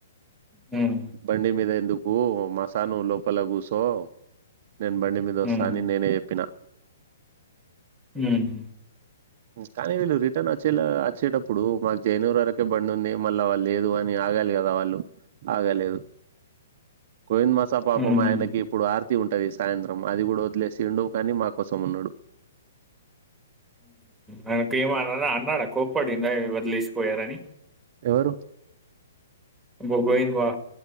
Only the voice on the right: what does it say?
బండి మీద ఎందుకు మస నువ్వు లోపల గూసో నేను బండి మీద వస్తా
అని నేనే జెప్పినా
కానీ వీళ్ళు రిటర్న్ వచ్చేలా అచ్చేటప్పుడు మాక్ జైనూర్ వరకే బండి ఉంది మళ్ళా లేదు అని ఆగాలి కదా వాళ్ళు ఆగలేదు గోవింద్ మాసా పాపం
ఆయనకి ఇప్పుడు ఆర్ ర్తి ఉంటది సాయంత్రం అది గూడా వదిలేసిండు కాని మా కోసం ఉన్నడు
ఎవరు